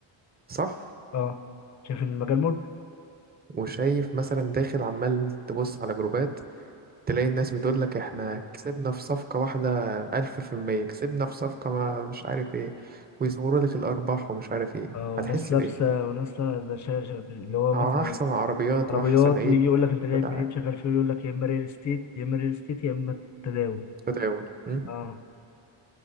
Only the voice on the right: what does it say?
صح
وشايف مثلا داخل عمال تبص على جروبات تلاقي الناس بتقول لك احنا كسبنا في صفقة واحدة ألف في المية كسبنا في صفقة ما مش عارف ايه ويصوروا لك الأرباح ومش عارف ايه
هتحس
بإيه؟
ع-
أحسن عربيات
وأحسن ايه
كل حاجة
تداول م?